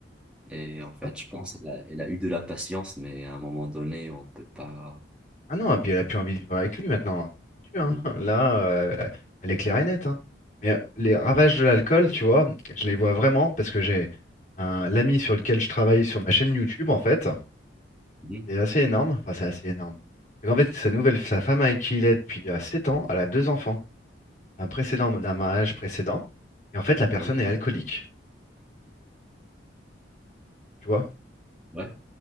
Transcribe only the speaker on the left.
c'est ça.
Ah non, et puis elle a plus envie de vivre avec lui maintenant, c'est foutu, hein.
<laughs> Là, euh, elle est claire et nette, hein. Mais euh, les ravages de l'alcool, tu vois, je les vois vraiment parce que j'ai un l'ami sur lequel je travaille sur ma chaîne YouTube, en fait.
C'est assez énorme. Enfin, c'est assez énorme. C'est qu'en fait, sa nouvelle, sa femme avec qui il est depuis euh, 7 ans, elle a deux enfants d'un précédent, d'un mariage précédent. Et en fait, la personne
est alcoolique, tu vois.